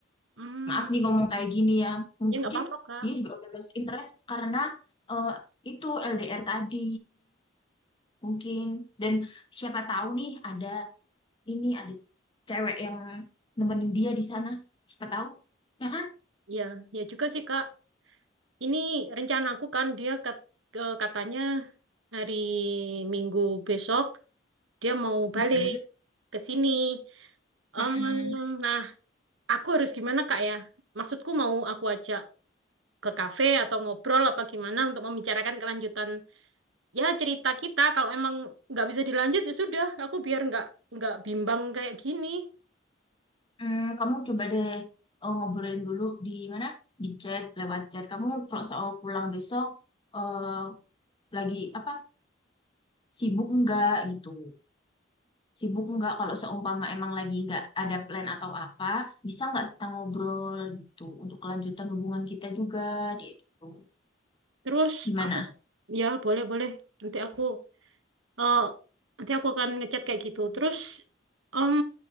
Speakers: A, on the right; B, on the left.
A: Hmm,
B: Maaf nih ngomong kayak gini ya. Mungkin
A: ya nggak apa-apa, Kak.
B: dia juga udah lost interest karena eh, itu LDR tadi mungkin. Dan siapa tahu nih ada ini ada cewek yang nemenin dia di sana. Siapa tahu, ya kan?
A: Ya, ya juga sih, Kak. Ini rencanaku kan, dia kat- ke- katanya hari Minggu besok, dia mau balik
B: Mm-mm,
A: ke sini. Em,
B: mm-mm.
A: nah, Aku harus gimana Kak ya? Maksudku mau aku ajak ke kafe atau ngobrol apa gimana untuk membicarakan kelanjutan ya cerita kita. Kalau emang nggak bisa dilanjut ya sudah, aku biar nggak nggak bimbang kayak gini.
B: Hmm, kamu coba deh eh, ngobrolin dulu di mana? Di chat, lewat chat. Kamu kalau soal pulang besok eh, lagi apa? sibuk enggak gitu. Sibuk enggak kalau seumpama emang lagi enggak ada plan atau apa, bisa enggak kita ngobrol gitu untuk kelanjutan hubungan kita juga dia gitu.
A: Terus
B: Gimana?
A: aku ya boleh boleh. Nanti aku eh nanti aku akan ngechat kayak gitu. Terus em